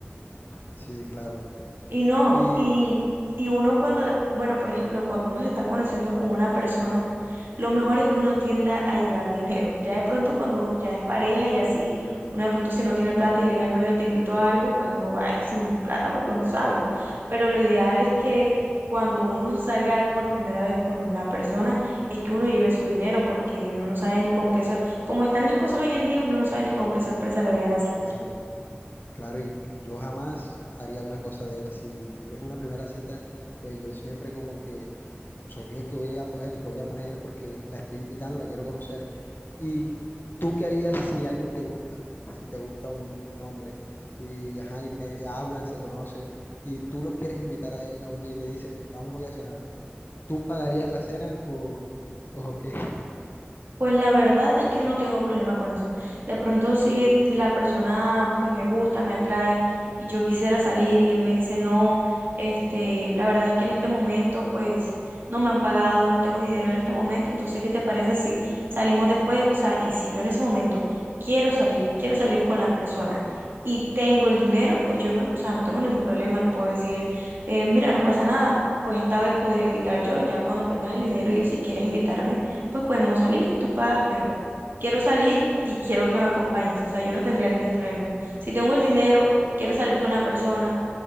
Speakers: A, on the left; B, on the right.
A: sí, claro,
B: Y no,
A: Y
B: y, y uno cuando, bueno, por ejemplo, cuando uno se está conociendo con una persona, lo mejor es que uno tienda a llevar dinero. Ya de pronto cuando u- ya es pareja y así, uno de pronto si no tiene plata y le diga al novio te invito a algo, pues uno va ahí sin plata porque uno sabe. Pero lo ideal es que cuando uno <laughs> salga por primera vez con la persona, es que uno lleve su dinero porque uno no sabe ni con qué, sor- como están las cosas hoy en día, uno no sabe ni con qué sorpresa le vayan a salir.
A: claro. Claro, y yo jamás haría una cosa de esas. Si es una primera cita, pues yo siempre como que soy el que voy a, po- el que voy a poner porque la estoy invitando, la quiero conocer. ¿Y tú qué harías si alguien te gusta? Si te gusta un, un hombre y, ajá, y me hablan, se conocen y tú lo quieres invitar a él, a uno y le dices, vamos hoy a cenar. ¿Tú pagarías la cena o, o qué? <laughs>
B: Pues la verdad es que yo no tengo problema con eso. De pronto si la persona pues me gusta, me atrae y yo quisiera salir y él me dice no, este, la verdad es que en este momento pues no me han pagado, no tengo dinero en este momento, entonces ¿qué te parece si salimos después? O sea, y si yo en ese momento quiero salir, quiero salir con la persona y tengo el dinero, pues yo no, o sea, no tengo ningún problema, le puedo decir, eh, mira, no pasa nada. Pues esta vez podría invitar yo, ya cuando tengas el dinero y eso, si quieres invitarme pues podemos salir y tú pagas, pero quiero salir y quiero que me acompañes. O sea, yo no tendría ningún problema. Si tengo el dinero, quiero salir con la persona,